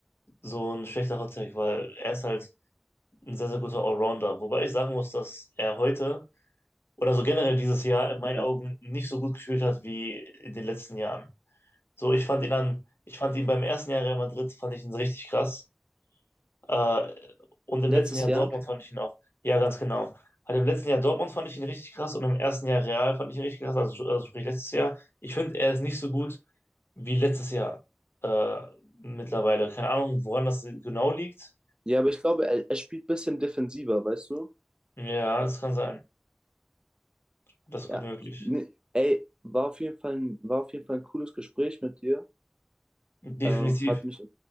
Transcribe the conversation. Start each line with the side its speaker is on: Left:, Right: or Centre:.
Left: so ein schlechter Hot Take, weil er ist halt ein sehr, sehr guter Allrounder. Wobei ich sagen muss, dass er heute. oder so generell dieses Jahr in meinen
Right: Ja.
Left: Augen nicht so gut gespielt hat wie in den letzten Jahren. So, ich fand ihn an, ich fand ihn beim ersten Jahr Real Madrid, fand ich ihn richtig krass. Äh, und im
Right: Letztes
Left: letzten Jahr
Right: Jahr.
Left: Dortmund fand ich ihn auch, ja, ganz genau. Halt im letzten Jahr Dortmund fand ich ihn richtig krass und im ersten Jahr Real fand ich ihn richtig krass, also, also sprich letztes Jahr. Ich finde, er ist nicht so gut wie letztes Jahr äh, mittlerweile. Keine Ahnung, woran das genau liegt.
Right: Ja, aber ich glaube, er, er spielt ein bisschen defensiver, weißt du?
Left: Ja, das kann sein. Das ist
Right: Ja.
Left: gut möglich.
Right: Nee, ey, war auf jeden Fall ein, war auf jeden Fall ein cooles Gespräch mit dir.
Left: Definitiv.
Right: Äh, hat mich,